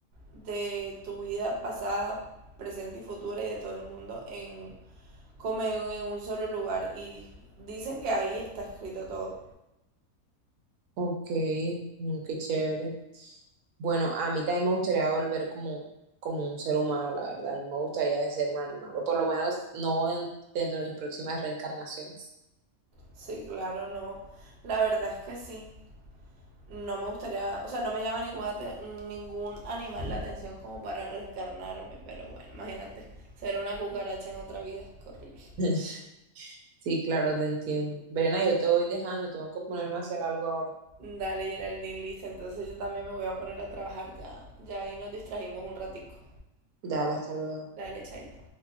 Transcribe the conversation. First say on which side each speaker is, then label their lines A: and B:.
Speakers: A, on the right; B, on the right.
A: de tu vida pasada, presente y futura y de todo el mundo en, como en, en un solo lugar. Y dicen que ahí está escrito todo.
B: Ok, no, qué chévere. Bueno, a mí también me gustaría volver como, como un ser humano, la verdad. No me gustaría ser un animal, o por lo menos no en- dentro de mis próximas reencarnaciones.
A: Sí, claro, no. La verdad es que sí. no me gustaría, o sea, no me llama ninguna, ningún animal la atención como para reencarnarme, pero bueno, imagínate, ser una cucaracha en otra vida, qué horrible.
B: <laughs> Sí, claro, te entiendo. Verena, yo te voy dejando, tengo que ponerme a hacer algo ahora.
A: Dale, Geraldine, listo, entonces yo también me voy a poner a trabajar ya, ya ahí nos distrajimos un ratico.
B: Dale, hasta luego.
A: Dale, chaito.